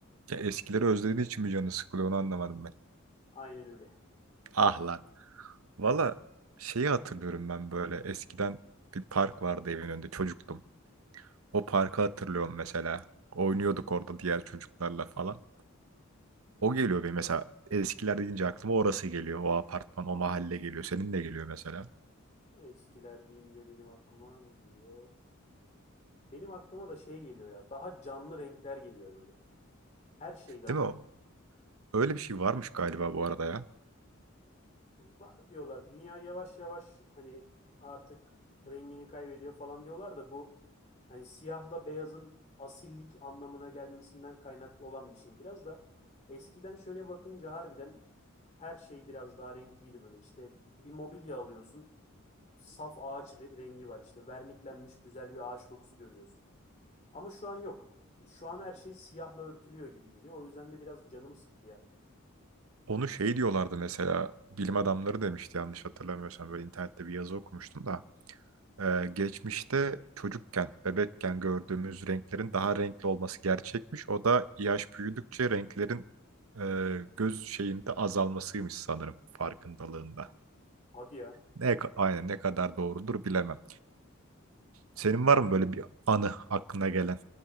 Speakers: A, on the right; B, on the left.
A: Ya eskileri özlediği için mi canı sıkılıyor onu anlamadım ben.
B: Aynen öyle.
A: Ah lan. Valla şeyi hatırlıyorum ben böyle eskiden bir park vardı evin önünde çocuktum. O parkı hatırlıyorum mesela. Oynuyorduk orada diğer çocuklarla falan. O geliyor benim mesela eskiler deyince aklıma orası geliyor. O apartman, o mahalle geliyor. Senin de geliyor mesela.
B: Eskiler deyince benim aklıma ne geliyor? Benim aklıma da şey geliyor ya. Daha canlı renkler geliyor böyle. Her şeyde ama.
A: Değil mi? O- Öyle bir şey varmış galiba bu arada ya.
B: Var diyorlar. Dünya yavaş yavaş hani artık rengini kaybediyor falan diyorlar da bu hani siyahla beyazın asillik anlamına gelmesinden kaynaklı olan bir şey biraz da eskiden şöyle bakınca harbiden her şey biraz daha renkliydi böyle işte bir mobilya alıyorsun saf ağaç re- rengi var işte verniklenmiş güzel bir ağaç dokusu görüyorsun ama şu an yok şu an her şey siyahla örtülüyor gibi geliyor o yüzden de biraz canım sıktı ya
A: Onu şey diyorlardı mesela bilim adamları demişti yanlış hatırlamıyorsam böyle internette bir yazı okumuştum da. Ee, geçmişte çocukken, bebekken gördüğümüz renklerin daha renkli olması gerçekmiş. O da yaş büyüdükçe renklerin e, göz şeyinde azalmasıymış sanırım farkındalığında.
B: hadi ya
A: Ne, aynen ne kadar doğrudur bilemem. Senin var mı böyle bir anı aklına gelen?